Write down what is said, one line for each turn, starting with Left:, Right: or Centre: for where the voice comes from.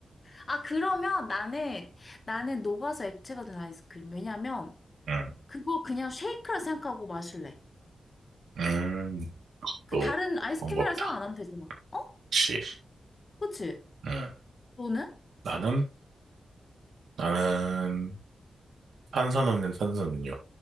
Left: 아, 그러면 나는, 나는 녹아서 액체가 된 아이스크림. 왜냐면,
Right: 음,
Left: 그거 그냥 쉐이크라 생각하고 마실래.
Right: 음,
Left: 그
Right: 또
Left: 다른 아이스크림이라
Right: 방법이다.
Left: 생각 안 하면 되잖아. 어?
Right: 시
Left: 그치?
Right: 음,
Left: 너는?
Right: 나는 나는 탄산 없는 탄산음료.